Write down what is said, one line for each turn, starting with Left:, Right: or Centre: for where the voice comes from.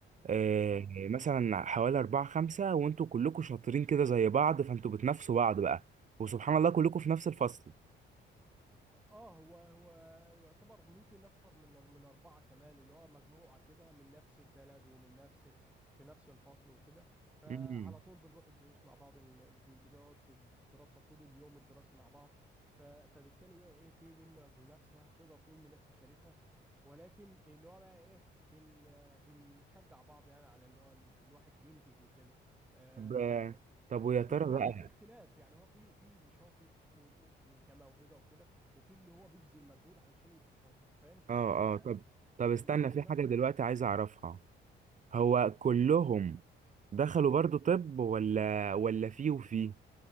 Right: آه
Centre: اه
Right: مثلا حوالي أربعة خمسة وانتوا كلكوا شاطرين كده زي بعض فانتوا بتنافسوا بعض بقى وسبحان الله كلكوا في نفس الفصل
Centre: اه هو هو يعتبر ممكن اكتر من من اربعه كمان اللي هو مجموعه كده من نفس البلد ومن نفس في نفس الفصل وكده فعلى
Right: مم.
Centre: طول بنروح الدروس مع بعض إن- ب- بنقعد في الدراسه طول اليوم الدراسي مع بعض ف- فبالتالي بقى ايه في منا منافسه تقدر تقول منافسه شريفه ولكن اللي هو بقى ايه بن بنشجع بعض يعني على اللي هو ال- الواحد ينتج وكده آه،
Right: طب طب ويا
Centre: ب-
Right: ترى
Centre: على
Right: بقى
Centre: الاختلاف يعني هو في في اللي شاطر و- وكموهبه وكده وفي اللي هو بيبذل مجهود علشان يبقى شاطر فاهم
Right: اه
Centre: ف-
Right: اه طب طب استنى
Centre: فالمجهود
Right: في
Centre: النفسي
Right: حاجة دلوقتي عايز اعرفها هو كلهم دخلوا برضو طب ولا ولا في وفي